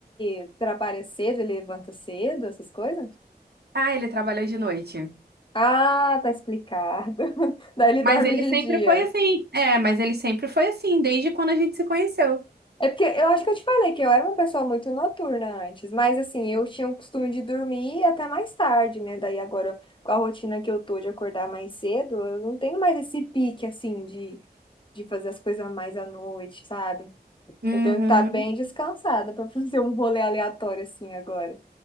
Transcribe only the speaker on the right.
Ah, ele trabalha de noite.
Mas
ele
sempre
foi assim. É, mas ele sempre foi assim, desde quando a gente se conheceu.
Uhum.